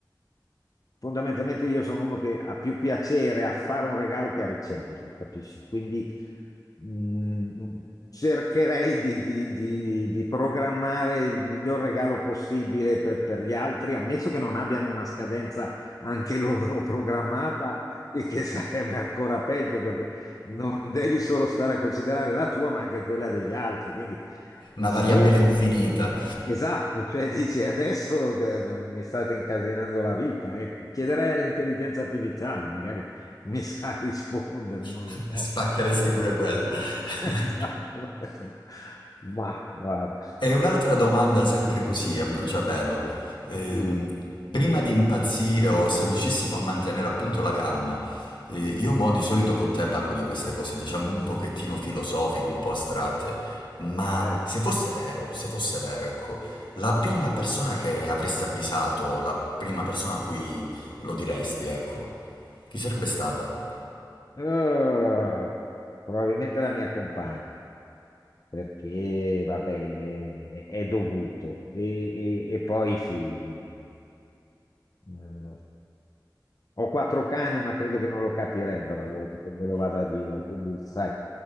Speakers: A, on the left (about 50°); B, on the left (about 90°).
A: fondamentalmente, io sono uno che ha più piacere a fare un regalo che a riceverlo, capisci? Quindi Mm, mm, cercherei di, di- di- di programmare il miglior regalo possibile per, per gli altri, ammesso che non abbiano una scadenza anche loro <laughs> programmata, e che sarebbe ancora peggio perché non devi solo stare a considerare la tua, ma anche quella degli altri. Quindi
B: Una
A: dici,
B: variabile
A: boh.
B: infinita.
A: Esatto, cioè dici adesso eh, mi state incasinando la vita, ecco. Chiederei all'intelligenza artificiale, magari <laughs> mi sa rispondere, non
B: <laughs>
A: lo so.
B: Spaccheresti
A: <laughs>
B: pure quello. <laughs>
A: Esatto. Ma guarda,
B: E un'altra domanda sempre così, a bruciapelo. Ehm,
A: sì,
B: prima di impazzire o se riuscissimo a mantenere appunto la calma, eh, io mo di solito con te parlo di queste cose, diciamo un pochettino filosofiche, un po' astratte, ma
A: bello.
B: se fosse vero, se fosse vero, ecco, la prima persona che avresti avvisato, la prima persona a cui lo diresti, ecco, chi sarebbe stata?
A: Eh, probabilmente la mia compagna, perché vabbè, è, è- è dovuto. E, e- e poi i figli. Eh, Ho quattro cani, ma credo che non lo capirebbero loro, me lo vado a dire. Quindi, sai,